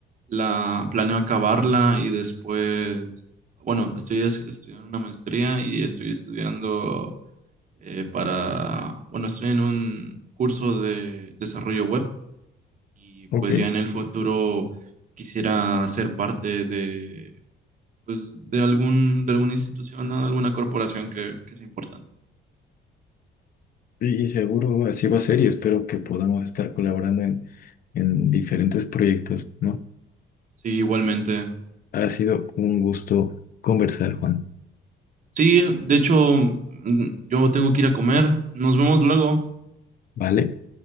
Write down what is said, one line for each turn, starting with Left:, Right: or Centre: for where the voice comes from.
Right: la planeo acabarla y después, bueno, estoy es- estudiando una maestría y estoy estudiando eh, para, bueno, estoy en un curso de desarrollo web y
Left: Ok,
Right: pues ya en el futuro quisiera ser parte de, pues, de algún, de alguna institución, ¿no? alguna corporación que, que sea importante.
Left: y, y seguro así va a ser y espero que podamos estar colaborando en, en diferentes proyectos, ¿no?
Right: Sí, igualmente.
Left: Ha sido un gusto conversar, Juan,
Right: Sí, de hecho, mm, yo tengo que ir a comer. Nos vemos luego.
Left: ¿vale?